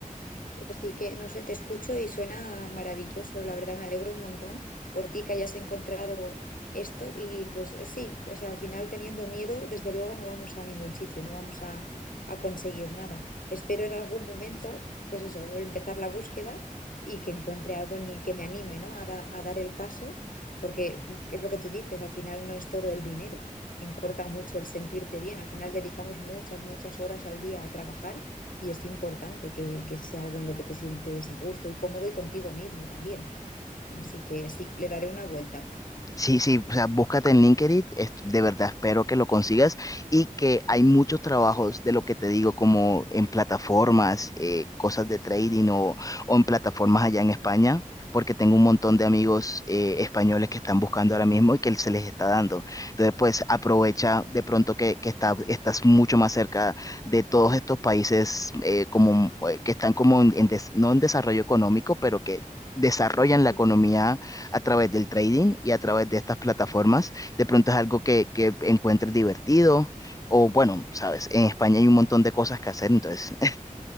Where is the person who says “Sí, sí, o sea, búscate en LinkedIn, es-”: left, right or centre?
Left